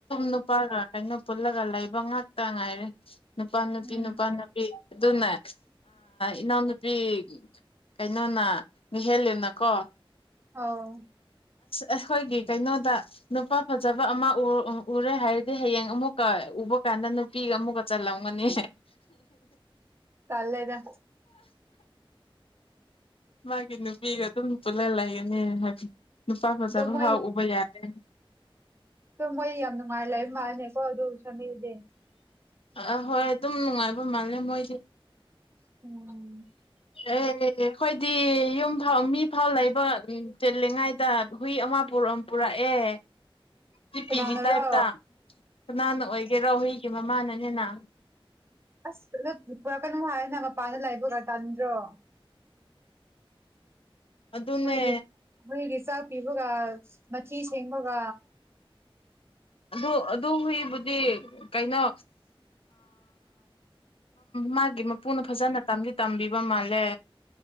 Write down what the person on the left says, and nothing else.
ꯅꯨꯄꯥꯒ ꯀꯩꯅꯣ ꯄꯨꯜꯂꯒ ꯂꯩꯕ ꯉꯥꯛꯇ ꯉꯥꯏꯔꯦ ꯅꯨꯄꯥ ꯅꯨꯄꯤ
ꯅꯨꯄꯥ ꯅꯨꯄꯤ ꯑꯗꯨꯅꯦ ꯏꯅꯥꯎꯅꯨꯄꯤ ꯀꯩꯅꯣꯅ ꯅꯨꯍꯦꯂꯅꯀꯣ
ꯑꯩꯈꯣꯏꯒꯤ ꯀꯩꯅꯣꯗ ꯅꯨꯄꯥ ꯐꯖꯕ ꯑꯃ ꯎꯔꯦ ꯍꯥꯏꯔꯗꯤ ꯍꯌꯦꯡ ꯑꯃꯨꯛꯀ ꯎꯕ ꯀꯥꯟꯗ ꯅꯨꯄꯤꯒ ꯑꯃꯨꯛꯀ ꯆꯜꯂꯝꯒꯅꯤ
ꯃꯥꯒꯤ ꯅꯨꯄꯤꯒ ꯑꯗꯨꯝ ꯄꯨꯜꯂ ꯂꯩꯒꯅꯤ ꯍꯥꯏꯕ ꯅꯨꯄꯥ ꯐꯖꯕ
ꯐꯥꯎ ꯎꯕ ꯌꯥꯗꯦ
ꯑꯍꯣꯏ ꯑꯗꯨꯝ ꯅꯨꯡꯉꯥꯏꯕ ꯃꯥꯜꯂꯦ ꯃꯣꯏꯁꯦ꯫ ꯑ
ꯑꯦ ꯑꯩꯈꯣꯏꯗꯤ ꯌꯨꯝ ꯐꯥꯎ ꯃꯤ ꯐꯥꯎ ꯂꯩꯕ ꯎꯝ ꯆꯠꯂꯤꯉꯥꯏꯗ ꯍꯨꯏ ꯑꯃ ꯄꯨꯔꯝ ꯄꯨꯔꯛꯑꯦ꯫ ꯀꯤꯄꯤꯒꯤ
ꯇꯥꯏꯞꯇ ꯀꯅꯥꯅ ꯑꯣꯏ ꯀꯦꯔꯣ ꯍꯨꯏꯒꯤ ꯃꯃꯥꯅꯅꯦꯅ꯫
ꯑꯗꯨ ꯑꯗꯨꯅꯦ
ꯑꯗꯨ ꯑꯗꯨ ꯍꯨꯏꯕꯨꯗꯤ ꯀꯩꯅꯣ ꯃꯥꯒꯤ ꯃꯄꯨꯅ ꯐꯖꯅ ꯇꯝꯗꯤ ꯇꯝꯕꯤꯕ ꯃꯥꯜꯂꯦ